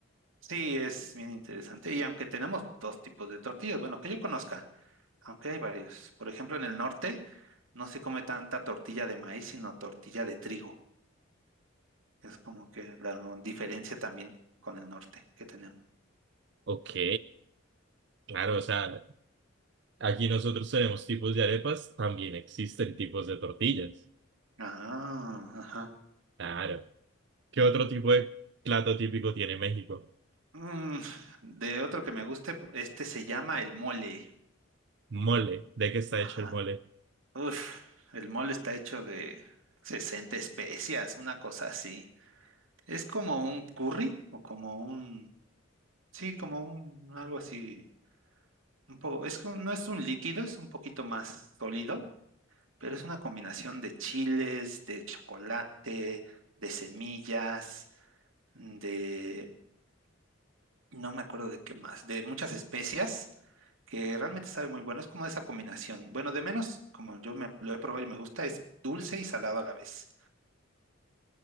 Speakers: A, on the right; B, on the right.
A: Sí, es bien interesante. Y aunque tenemos dos tipos de tortillas, bueno, que yo conozca, aunque hay varios. Por ejemplo, en el norte no se come tanta tortilla de maíz, sino tortilla de trigo. Es como que la no, diferencia también con el norte que tenemos.
B: Ok, claro,
A: Ujú.
B: o sea, aquí nosotros tenemos tipos de arepas, también existen tipos de tortillas.
A: Ah, ajá.
B: Claro. ¿Qué otro tipo de plato típico tiene México?
A: Mm, de otro que me guste, este se llama el mole.
B: Mole. ¿De qué está
A: Ajá.
B: hecho el mole?
A: Uf, el mole está hecho de 60 especias, una cosa así. Es como un curry o como un Sí, como un algo así, un poco, es que no es un líquido, es un poquito más sólido, pero es una combinación de chiles, de chocolate, de semillas, mm, de no me acuerdo de qué más, de muchas especias que realmente sabe muy bueno, es como esa combinación. Bueno, de menos, como yo me lo he probado y me gusta, es dulce y salado a la vez.